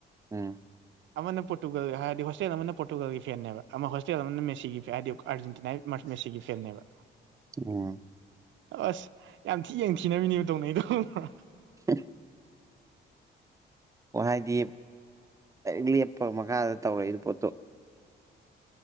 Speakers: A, on the right (about 15°); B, on the right (about 70°).
A: ꯎꯝ
B: ꯑꯃꯅ ꯄꯣꯔꯇꯨꯒꯜꯒ ꯍꯥꯏꯔꯗꯤ ꯍꯣꯁꯇꯦꯜ ꯑꯃꯅ ꯄꯣꯔꯇꯨꯒꯜꯒꯤ ꯐꯦꯟꯅꯦꯕ ꯑꯃ ꯍꯣꯁꯇꯦꯜ ꯑꯃꯅ ꯃꯦꯁꯤꯒꯤ ꯐꯦ ꯍꯥꯏꯗꯤꯥ ꯑꯥꯔꯖꯦꯟꯇꯤꯅꯥ ꯃꯥꯁꯨ ꯃꯦꯁꯤꯒꯤ ꯐꯦꯟꯅꯦꯕ
A: ꯎꯝ
B: ꯑꯁ ꯌꯥꯝ ꯊꯤ ꯌꯦꯡꯊꯤꯅꯕꯤꯅꯦꯕ ꯇꯧꯅꯩꯗꯣ ꯈꯪꯕ꯭ꯔꯥ
A: ꯎ <inaudible> ꯑꯣ ꯍꯥꯏꯗꯤ ꯗꯥꯏꯔꯦꯛ ꯂꯦꯞꯄꯒ ꯃꯈꯥꯗ ꯇꯧꯔꯛꯏꯗꯨ ꯄꯣꯠꯇꯣ